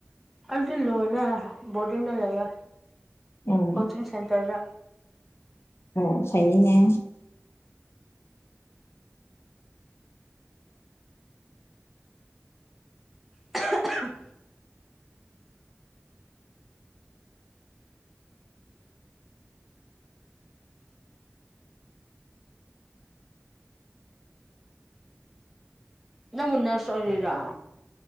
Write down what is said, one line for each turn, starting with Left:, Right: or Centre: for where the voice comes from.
Centre: ꯑꯩꯁꯨ ꯂꯣꯏꯔꯦ ꯕꯣꯔꯗꯤꯡꯗ ꯂꯩꯔꯦ
Left: ꯑꯣ
Centre: ꯀꯣꯆꯤꯡ ꯁꯦꯟꯇꯔꯗ
Left: ꯑꯣ ꯐꯥꯏꯅꯦ
Centre: ꯑ ꯈꯪ ꯅꯪꯕꯨ ꯅꯔ꯭ꯁ ꯑꯣꯏꯔꯤꯔ